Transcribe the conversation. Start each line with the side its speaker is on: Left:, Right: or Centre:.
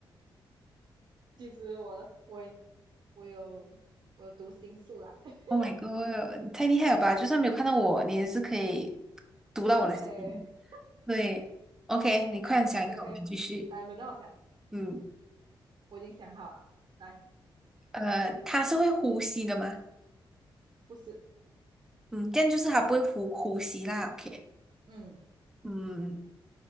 Right: 其实我我我有我有读心术啦，
Centre: <laughs>？Oh
Right: <laughs>
Centre: my god，你太厉害了吧！就算没有看到我，你也是可以读到我的心。
Right: 厉害嘞。
Centre: 对，OK，你快点想一个，
Right: OK OK，
Centre: 我们继续。
Right: 来轮到我想，
Centre: 嗯，
Right: 我已经想好了。来，
Centre: 呃，它是会呼吸的吗？
Right: 不是，
Centre: 嗯，这样就是它不会呼呼吸啦。OK，
Right: 嗯，
Centre: 嗯，